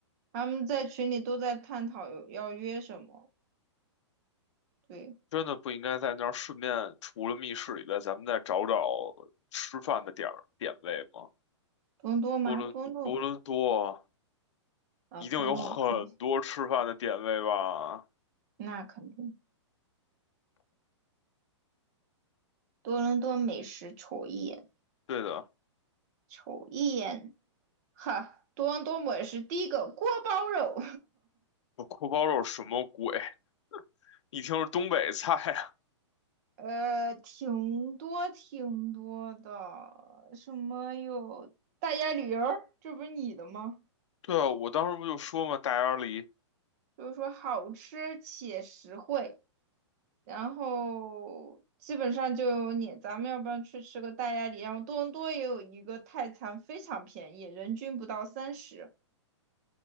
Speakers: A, on the right (about 35°); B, on the left (about 70°).
A: 他们在群里都在探讨有要约什么。对，
B: 真的不应该在那儿顺便除了密室以外，咱们再找找吃饭的点儿点位吗？
A: 多伦多吗？
B: 多伦多伦多。
A: 多伦多啊，
B: 一定有很多吃饭的点位吧？
A: 多伦多，我看一下，那肯定。多伦多美食瞅一眼，
B: 对的，
A: 瞅一眼。哈，多伦多美食第一个锅包肉，
B: 我锅包肉什么鬼？一听是东北菜啊。
A: <laughs> 呃，挺多挺多的，什么有大鸭驴儿，这不是你的吗？
B: <laughs> 对啊，我当时不就说嘛，大鸭梨
A: 就是说好吃且实惠，然后基本上就有你，咱们要不然去吃个大鸭梨，然后多伦多也有一个泰餐，非常便宜，人均不到三十，